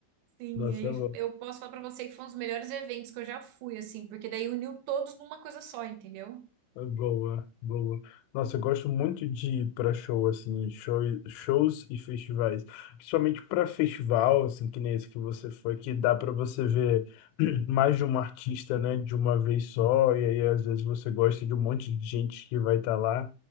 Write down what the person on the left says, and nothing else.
Nossa,
é
louco.
Boa, boa. Nossa, eu gosto muito de ir para show, assim, show, shows e festivais. Principalmente para festival, assim, que nem esse que você foi, que dá para você ver <clears throat> mais de um artista, né, de uma vez só. E aí, às vezes, você gosta de um monte de gente que vai estar lá.